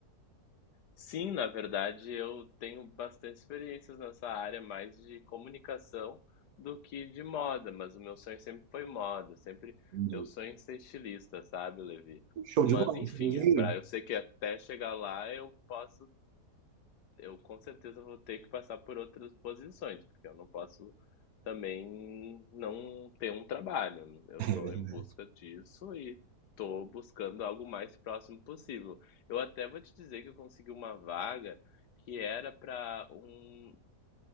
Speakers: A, on the left (about 80°); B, on the right (about 70°).
A: Sim, na verdade, eu tenho bastante experiências nessa área, mais de comunicação do que de moda, mas o meu sonho sempre foi moda, sempre
B: Entendi.
A: meu sonho é ser estilista, sabe, Levi?
B: Show
A: Mas
B: de bola,
A: enfim,
B: você desenha?
A: para eu sei que até chegar lá eu posso eu com certeza vou ter que passar por outras posições, porque eu não posso também não ter um trabalho. né? Eu estou
B: É verdade.
A: em busca disso e estou buscando algo mais próximo possível. Eu até vou te dizer que eu consegui uma vaga que era para um,